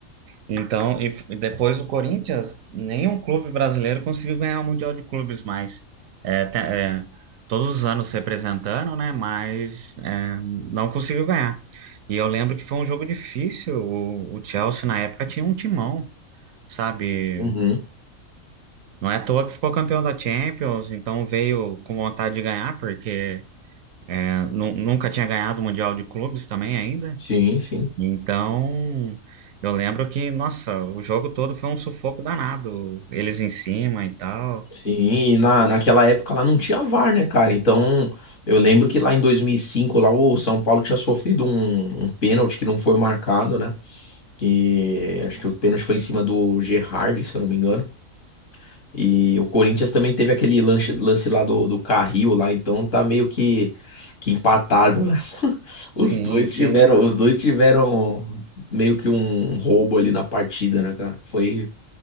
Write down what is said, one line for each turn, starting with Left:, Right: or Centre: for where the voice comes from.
Right: Então, e f- e depois o Corinthians, nenhum clube brasileiro conseguiu ganhar o Mundial de Clubes mais. É, te- é, todos os anos representando, né? Mas é, não conseguiu ganhar. E eu lembro que foi um jogo difícil. O, o Chelsea, na época, tinha um timão, sabe?
Left: Uhum.
Right: Não é à toa que ficou campeão da Champions, então veio com vontade de ganhar, porque. Nu- Nunca tinha ganhado o Mundial de Clubes também ainda.
Left: Sim, sim.
Right: Então, eu lembro que, nossa, o jogo todo foi um sufoco danado. Eles em cima e tal.
Left: Sim, e na, naquela época lá não tinha VAR, né, cara? Então, eu lembro que lá em 2005, lá o São Paulo tinha sofrido um, um pênalti que não foi marcado, né? Que acho que o pênalti foi em cima do Gerrard, se eu não me engano. E o Corinthians também teve aquele lance, lance lá do, do Carril lá, então tá meio que, que empatado, né? <laughs>
Right: Sim,
Left: Os dois
Right: sim.
Left: tiveram, os dois tiveram meio que um roubo ali na partida, né, cara? Foi,